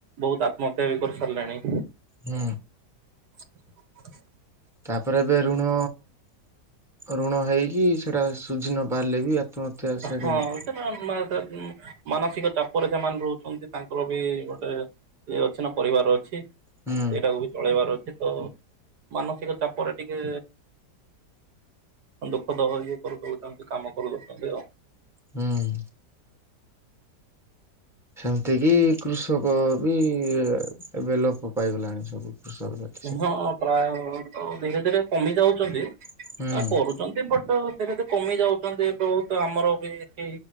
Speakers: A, on the right; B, in the centre.
A: ବହୁତ ଆତ୍ମହତ୍ୟା ବି କରିସାରିଲାଣି।
B: ହୁଁ।
A: <unintelligible>
B: ତାପରେ ଏବେ ଋଣ ଋଣ ହେଇକି ସେଟା ଶୁଝି ନ ପାରିଲେ ବି ଆ
A: ହଁ
B: <unintelligible>
A: ସେଟା <unintelligible> ମାନସିକ ଚାପରେ ସେମାନେ ରହୁଚନ୍ତି ତାଙ୍କର ବି ଗୋଟେ ଇଏ ଅଛି ନା ପରିବାର ଅଛି ସେଇଟାକୁ
B: ହୁଁ
A: ବି ଚଳେଇବାର ଅଛି ତ ମାନସିକ ଚାପରେ ଟିକେ ଦୁଃଖ <unintelligible> କରୁ ଦଉଚନ୍ତି କାମ କରୁଦଉଚନ୍ତି ଆଉ।
B: ହୁଁ। ସେମିତିକି କୃଷକ ବି ଏବେ ଲୋପ ପାଇଗଲାଣି ସବୁ। କୃଷକ ଜାତି
A: ହ ହଁ ପ୍ରାୟ ତ ଧୀରେ ଧୀରେ କମି ଯାଉଚନ୍ତି ଆ
B: ସବୁ।
A: କରୁ ଚନ୍ତି ବଟ ଧିରେ ଧିରେ କମି ଯାଉଚନ୍ତି ବହୁତ ଆମର ବି ଏଠି